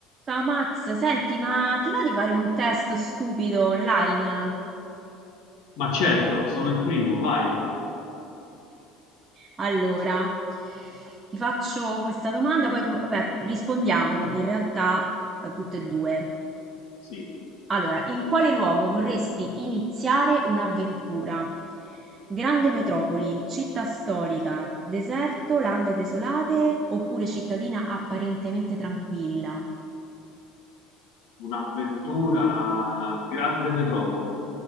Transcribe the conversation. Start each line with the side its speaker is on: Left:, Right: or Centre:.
Right: Ciao Max, senti, ma ti va di fare un test stupido online?
Left: Ma certo, sono il primo, vai.
Right: Allora, ti faccio questa domanda, poi tu, vabbè, rispondiamo in realtà eh, tutte e due.
Left: Sì,
Right: Allora, in quale luogo vorresti iniziare un'avventura? Grande metropoli, città storica, deserto, lande desolate oppure cittadina apparentemente tranquilla?
Left: un'avventura, grande metropoli.